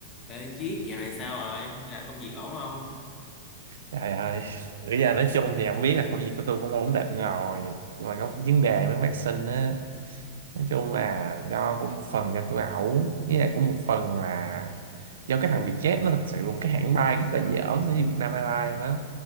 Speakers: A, on the left; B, on the right.
A: Ê Chiết, dạo này sao rồi? Làm công việc ổn không?
B: Trời ơi, bây giờ nói chung thì không biết là công việc của tôi cũng ổn định rồi Nhưng mà có vấn đề với bác sinh á Nói chung là do cũng một phần là tôi ẩu Với lại cũng một phần là do cái thằng Vietjet nó thật sự là một cái hãng bay rất là dởm so với Vietnam Airlines luôn á